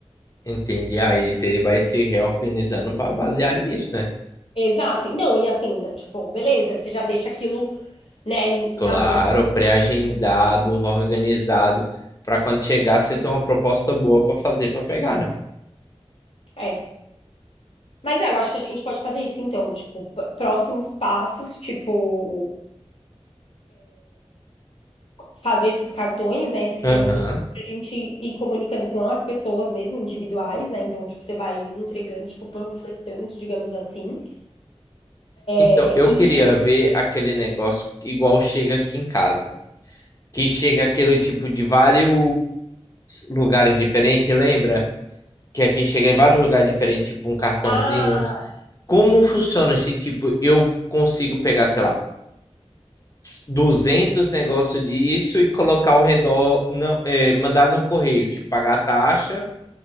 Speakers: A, on the left; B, on the left.
A: Entendi. Aí você vai se reorganizando para basear nisso, né?
B: Exato. Não, e assim, da- tipo, beleza, você já deixa aquilo, né,
A: Claro,
B: na mão.
A: pré-agendado, organizado, para quando chegar você ter uma proposta boa para fazer para pegar, né?
B: É. Mas é, eu acho que a gente pode fazer isso então, tipo, pr- próximos passos, tipo, fazer esses cartões, né, esses
A: Aham.
B: panfletos pra gente ir comunicando com as pessoas mesmo, individuais, né? Então, tipo, você vai entregando, tipo, panfletando, digamos assim.
A: Então,
B: É,
A: eu
B: E
A: queria ver aquele negócio igual chega aqui em casa, que chega aquele tipo de vários lugares diferentes, lembra? Que aqui chega em vários lugares diferentes, tipo um cartãozinho.
B: ah,
A: um ca- Como funciona se, tipo, eu consigo pegar, sei lá, 200 negócio disso e colocar ao redor, não, é, mandar no correio, tipo, pagar a taxa